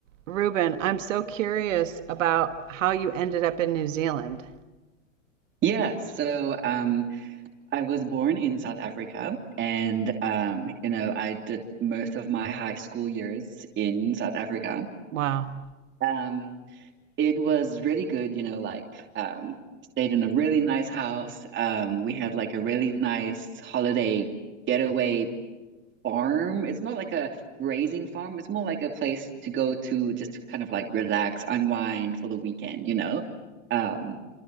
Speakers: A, on the right (about 75°); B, on the right (about 30°).
A: Ruben, I'm so curious about how you ended up in New Zealand.
B: Yeah, so um, I was born in South Africa, and um, you know, I did most of my high school years in South Africa.
A: Wow.
B: Um, it was really good, you know, like um, stayed in a really nice house. Um, we had like a really nice holiday getaway farm. It's not like a grazing farm, it's more like a place to go to just to kind of like relax, unwind for the weekend, you know. Um,